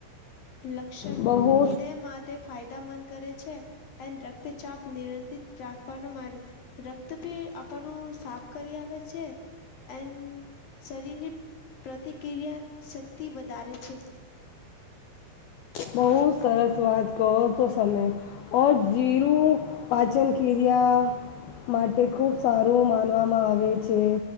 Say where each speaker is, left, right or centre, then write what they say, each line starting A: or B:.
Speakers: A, on the left; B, on the left.
A: લક્ષણ
B: બહુ
A: હૃદયમાં તે ફાયદામંદ કરે છે. એન રક્તચાપ નિયંતિત, રાખવાનો રક્ત ભી આપણુ સાફ કર્યાલ છે. એન શરીરની પ્રતિક્રિયા શક્તિ વધારે છે.
B: બહુ સરસ વાત કહો છો તમે. ઓ જીરું પાચન ક્રિયા માટે ખુબ સારો માન. મનમાવા મા આવે છે.